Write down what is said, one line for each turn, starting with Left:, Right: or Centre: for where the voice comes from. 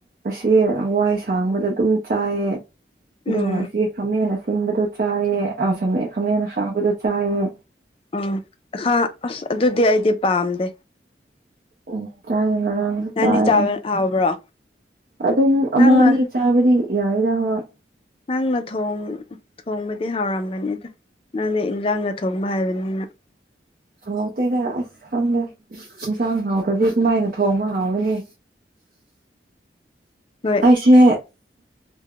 Right: ꯑꯁꯤ ꯍꯋꯥꯏ ꯁꯥꯡꯕꯗ ꯑꯗꯨꯝ ꯆꯥꯏꯌꯦ ꯑꯗꯨꯒ
Left: ꯎꯝ
Right: ꯁꯤ ꯈꯥꯃꯦꯟꯅ ꯁꯤꯟꯕꯗꯣ ꯆꯥꯏꯌꯦ ꯑ ꯁ <unintelligible> ꯈꯥꯃꯟꯅ ꯁꯥꯕꯗꯣ ꯆꯥꯏꯌꯦ
Left: ꯎꯝ ꯑꯈꯥ ꯑꯗꯨꯗꯤ ꯑꯩꯗꯤ ꯄꯥꯝꯗꯦ
Right: ꯎꯝ ꯆꯥꯏ ꯉꯔꯥꯡ
Left: ꯅꯪꯗꯤ
Right: ꯇꯥꯏꯌꯦ
Left: ꯆꯥꯕ ꯍꯥꯎꯕ꯭ꯔꯣ
Right: ꯑꯗꯨꯝ ꯑꯃ
Left: ꯅꯪꯅ
Right: ꯑꯅꯤ ꯆꯥꯕꯗꯤ ꯌꯥꯏꯗꯣꯏ
Left: ꯅꯪꯅ ꯊꯣꯡꯕꯗꯤ ꯍꯥꯎꯔꯝꯒꯅꯤꯗ ꯅꯪꯅ ꯏꯟꯖꯥꯡꯒ ꯊꯣꯡꯕ ꯍꯥꯏꯕꯅꯤꯅ
Right: ꯍꯥꯎ ꯇꯦꯗ ꯑꯁ ꯈꯪꯗꯦ ꯌꯦꯟꯁꯥꯡ ꯍꯥꯎꯕꯁꯦ ꯀꯃꯥꯏꯅ ꯊꯣꯡꯕ ꯍꯥꯎꯒꯅꯤ
Left: ꯍꯣꯏ
Right: ꯑꯩꯁꯦ